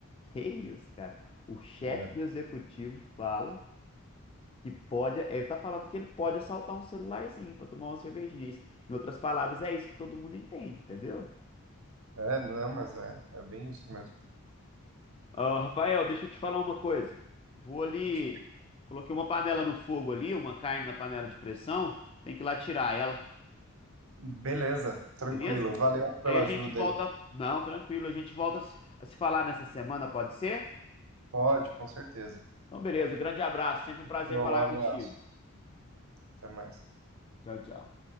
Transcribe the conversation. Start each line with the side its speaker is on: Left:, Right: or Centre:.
Left: Que isso, cara? O chefe
Right: É,
Left: do executivo fala que pode, ele tá falando que ele pode assaltar um celularzinho para tomar uma cervejinha. Isso- Em outras palavras, é isso que todo mundo entende, entendeu?
Right: é não, mas é, é bem isso mesmo.
Left: Ô, Rafael, deixa eu te falar uma coisa. Vou ali.
Right: De-
Left: Coloquei uma panela no fogo ali, uma carne na panela de pressão. Tem que ir lá tirar ela,
Right: Beleza, tranquilo.
Left: beleza?
Right: Valeu pela
Left: Aí a gente
Right: ajuda
Left: volta.
Right: aí.
Left: Não, tranquilo, a gente volta a se a se falar nessa semana, pode ser?
Right: Pode, com certeza.
Left: Então, beleza. Grande abraço. Sempre um prazer
Right: Show,
Left: falar
Right: Um
Left: contigo.
Right: abraço, até mais.
Left: Tchau, tchau.